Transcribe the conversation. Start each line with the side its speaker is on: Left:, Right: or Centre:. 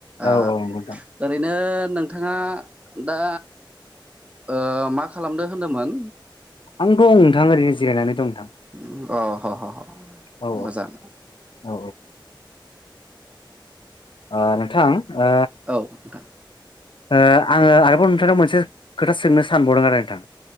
Right: ओ
Left: औ औ नंगौ नोंथां
Right: ओरैनो नोंथाङा दा ओ मा खालामदो होन्दोंमोन
Left: आं दं नोंथां ओरैनो जिरायनानै दं। नोंथां
Right: अम अ ह-ह
Left: औ
Right: मोजां
Left: औ ओ नोंथां ओ
Right: औ नोंथां
Left: ओ आंङो आरोबाव नोंथांनाव मोनसे खोथा सोंनो सानबावदों आरो नोंथां।